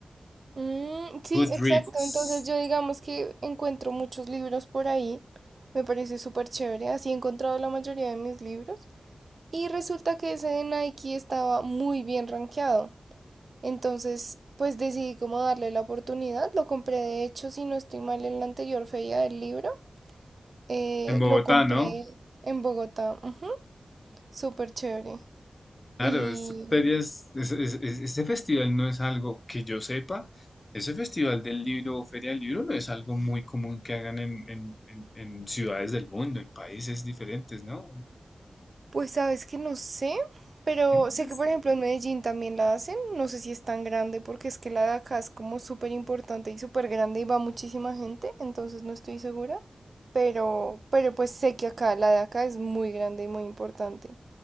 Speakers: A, on the right; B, on the left.
A: Mm, sí,
B: Goodreads,
A: exacto. Entonces yo digamos que encuentro muchos libros por ahí. Me parece súper chévere. Así he encontrado la mayoría de mis libros. Y resulta que ese de Nike estaba muy bien rankeado. Entonces, pues decidí como darle la oportunidad. Lo compré de hecho, si no estoy mal, en la anterior feria del libro. Eh,
B: en Bogotá,
A: lo compré
B: ¿no?
A: en Bogotá, ujú, Súper chévere.
B: Claro,
A: Y
B: estas ferias, es- es- es- este festival no es algo que yo sepa. Ese festival del libro o feria del libro no es algo muy común que hagan en, en- en- en ciudades del mundo, en países diferentes, ¿no?
A: pues sabes que no sé, pero
B: Mm,
A: sé que por ejemplo en Medellín también la hacen, no sé si es tan grande porque es que la de acá es como súper importante y súper grande y va muchísima gente, entonces no estoy segura, pero, pero pues sé que acá, la de acá es muy grande y muy importante.